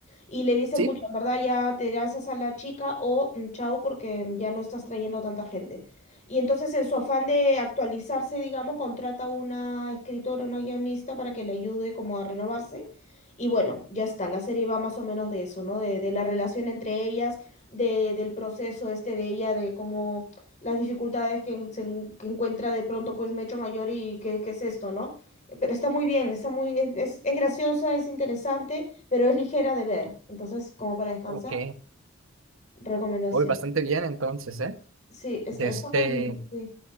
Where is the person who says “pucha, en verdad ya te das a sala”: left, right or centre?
Left